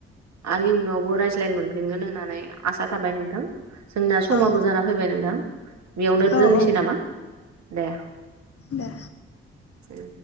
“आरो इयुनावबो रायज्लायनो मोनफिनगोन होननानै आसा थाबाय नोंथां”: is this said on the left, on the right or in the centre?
Right